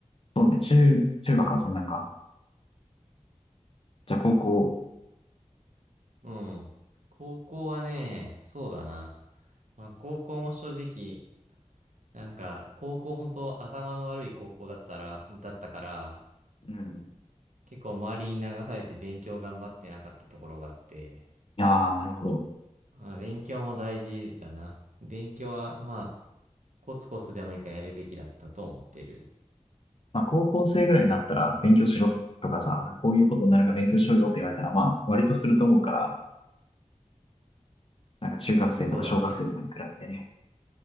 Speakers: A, on the left; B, on the right.
A: そうね、中、中学はそんなんか。じゃあ高校、
B: うん。高校はね、そうだな。まあ、高校も正直、なんか、高校本当頭の悪い高校だったら、だったから、
A: うん。
B: 結構周りに流されて勉強頑張ってなかったところがあって、
A: いやー、なるほど。
B: まあ、勉強も大事だな。勉強は、まあ、コツコツでもいいからやるべきだったと思ってる。
A: まあ、高校生ぐらいになったら勉強しろとかさ、こういうことになるから勉強しろよって言われたら、まあ、割とすると思うから、なんか中学生とか小学生とかに比べてね。
B: そうだね。